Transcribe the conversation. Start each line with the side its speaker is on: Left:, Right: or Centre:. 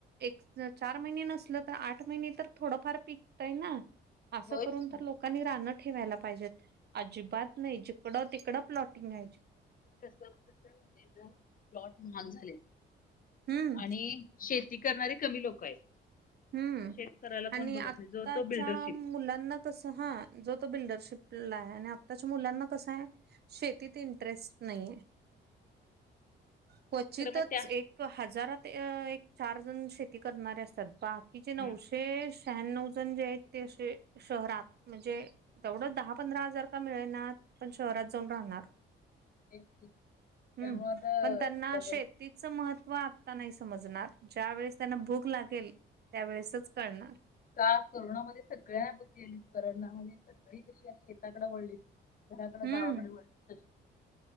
Right: एक चार महिने नसलं तर आठ महिने तर थोडंफार पीक येतंय ना असं
Left: होयच
Right: करून
Left: की
Right: तर लोकांनी राह ठेवायला पाहिजेत अजिबात नाही जिकडं तिकडं प्लॉटिंग आहेय
Left: <unintelligible> प्लॉट <unintelligible> झाले
Right: हम्म
Left: आणि शे ती करणारे कमी लोक आहेत
Right: हम्म
Left: तर शेत करायला कोण
Right: आणि
Left: बघत
Right: आताच्या
Left: नाही जो तो बिल्डरशिप
Right: मुलांना तस हा जो तो बिल्डरशिपला आहे आताच मुलांना कस आहे शेतीत इंटरेस्ट नाहीे क्वचितच
Left: खरं मग त्या
Right: एक हजार ते एक चार जण शेती करणारे असतात बाकीचे
Left: हम्म.
Right: नऊशे शहाण्याव जण जे आहेत ते अशे शहरात म्हणजे तेवढ दहा पंधरा जर का मिळणं पण शहरात जाऊन राहणार
Left: तेच की.
Right: हम्म
Left: त्यामुळे आता
Right: पण त्यांना
Left: बघल
Right: शेतीचं महत्व व आत्ता नाही समजणार ज्यावेेळेस त्यांना भूक लागेल त्यावेळेसच कळणार
Left: का करोनामध्ये सगळ्या अनुभूती आली करोनामध्ये सगळी कशी शेताकडे वढली कडे
Right: हम्म
Left: गावाकडे